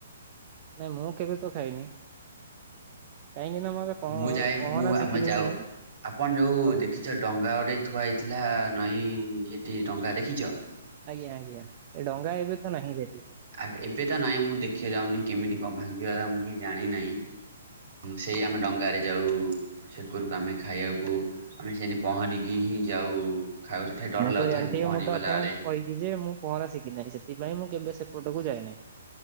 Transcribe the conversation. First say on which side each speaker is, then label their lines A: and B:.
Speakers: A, on the right; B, on the right.
A: ନାଇଁ ମୁଁ କେବେ ତ ଖାଇନି। କାହିଁକି ନା ମୋର ପହ
B: ମୁଁ ଯାଏ
A: ପହଁରା
B: ମୁଁ ଆମେ
A: ଶିଖିନି
B: ଯାଉ
A: ମୁଁ।
B: ଆପଣ ଯୋଉ
A: ତ
B: ଦେଖି ସେ ଡଙ୍ଗା ଗୋଟେ ଥୁଆ ହେଇଥିଲା ନଈ ଏଠି ଡଙ୍ଗା ଦେଖିଛ।
A: ଆଜ୍ଞା ଆଜ୍ଞା ଏ ଡଙ୍ଗା ଏବେ ତ ନାହିଁ ସେଠି।
B: ଆ ଏବେ ତ ନାଇଁ ମୁଁ ଦେଖିଆକୁ ଯାଉନି କେମିତି କଣ ଭାଙ୍ଗିଗଲା ମୁଁ କି ଜାଣିିନାଇ। ସେଇ ଆମେ ଡଙ୍ଗାରେ ଯାଉ ସେକରକୁ ଆମେ ଖାଇବାକୁ ଆମେ ସେଠୀ ପହଁରିକି ହିଁ ଯାଉ ତଥାପି ଡର
A: ମୁଁ
B: ଲାଗୁଥାଏ
A: ତ ଜାଣିଥିବି
B: ପହଁରି
A: ମୁଁ ତ
B: ଗଲା
A: ଆପଣଙ୍କୁ
B: ବେଳେ।
A: କହିଛି ଯେ ମୁଁ ପହଁରା ଶିଖି ନାହିଁ ସେଥି ପାଇଁ ମୁଁ କେବେ ସେପଟକୁ ଯାଇ ନାହିଁ